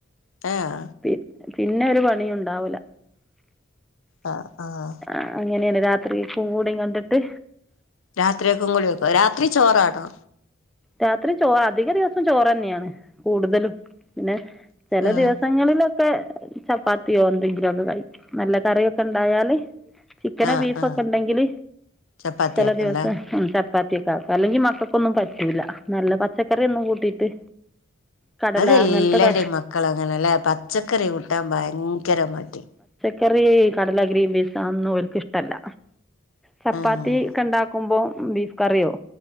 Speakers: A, on the left; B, in the centre.
A: ഏഹ്
B: പി പിന്നെ ഒരു പണിയ ഉണ്ടാവൂല
A: ആഹ് ആഹ്
B: ആ അങ്ങനെയാണ് രാത്രി കൂ ഗൂഢയും കണ്ടിട്ട്
A: രാത്രിയ ഒക്കെ കൂളി വക്ക രാത്രി ചോറാണോ
B: രാത്രി ചോറ അധിക ദിവസം ചോറ് തന്നെയാണ് കൂടുതലും പിന്നെ ചില
A: ആഹ്
B: ദിവസങ്ങളിൽ <unintelligible> ചപ്പാത്തിയോ എന്തെങ്കിലുമ ഒക്കെ കഴിക്കും നല്ല കറിയൊക്കെ ഉണ്ടായാല് ചിക്കനോ
A: ആഹ്
B: ബീഫ
A: ആഹ്
B: ഒക്കെ ഉണ്ടെങ്കില്
A: ചപ്പാത്തിയാക്കുംല്ലേ
B: ചില ദിവസം ഉം ചാ ചപ്പാത്തിയൊക്കെ അല്ലെങ്കി മക്കൾക്കൊന്നും പറ്റൂല നല്ല പച്ചക്കറിയൊന്നും കൂട്ടിയിട്ട് കടല
A: അത് എല്ലാടെയും
B: അങ്ങനത്തെ ക
A: മക്കള അങ്ങനെല്ലേ പച്ചക്കറി കൂട്ടാന് ഭയങ്കരമായിട്ടി
B: ചെറിയ ഈ കടല ഗ്രീൻപീസ് അന്നും ഓൽക്ക് ഇഷ്ടല്ല ചപ്പാത്തി
A: ആഹ്
B: ക്കണ്ടാക്കുമ്പൊ ബീഫ് കറിയോ